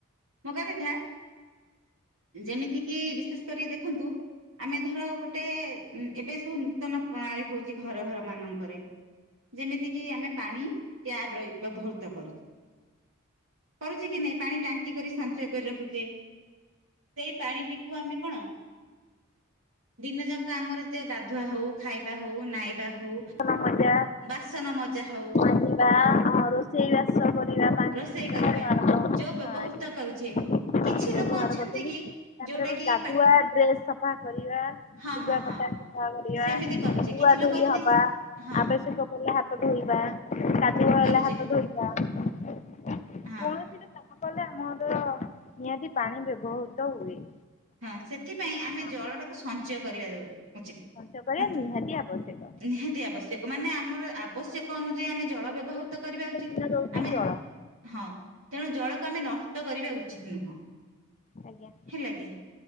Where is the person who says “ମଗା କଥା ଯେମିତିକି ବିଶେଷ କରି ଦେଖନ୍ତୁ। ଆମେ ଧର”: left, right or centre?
Right